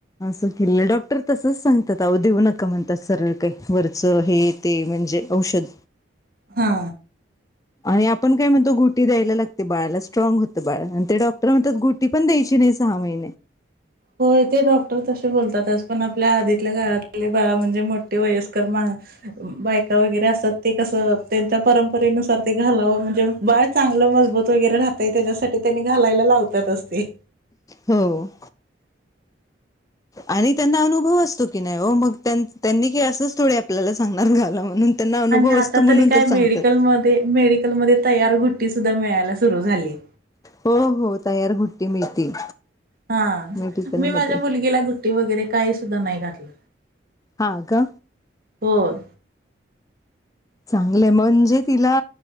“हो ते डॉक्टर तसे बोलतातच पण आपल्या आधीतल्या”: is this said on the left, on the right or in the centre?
Right